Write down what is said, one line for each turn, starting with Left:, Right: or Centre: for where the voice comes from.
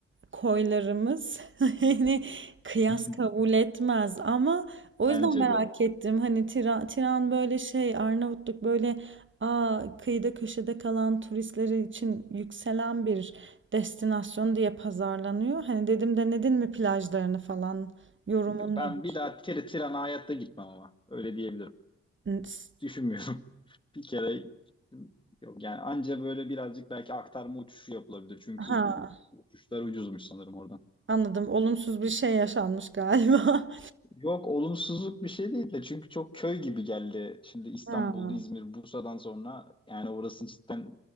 Right: koylarımız <laughs> hani kıyas
Left: <laughs>
Right: kabul etmez ama o
Left: Bence
Right: yüzden merak
Left: de.
Right: ettim. Hani Tira- Tiran böyle şey Arnavutluk böyle aa, kıyıda köşede kalan turistleri için yükselen bir destinasyon diye pazarlanıyor. Hani dedim denedin mi plajlarını falan? Yorumun
Left: Ben
Right: nedir?
Left: bir daha tir Tiran'a hayatta gitmem ama. Öyle diyebilirim.
Right: N- s-
Left: Düşünmüyorum. <laughs> Bir kere gittim. Yok yani anca böyle birazcık belki aktarma uçuşu yapılabilir. Çünkü
Right: Ha,
Left: u- uçuşlar ucuzmuş sanırım oradan.
Right: anladım. Olumsuz bir şey yaşanmış galiba.
Left: Yok olumsuzluk bir şey değil de çünkü çok köy gibi geldi. Şimdi İstanbul,
Right: <laughs> Ha.
Left: İzmir, Bursa'dan sonra yani orası cidden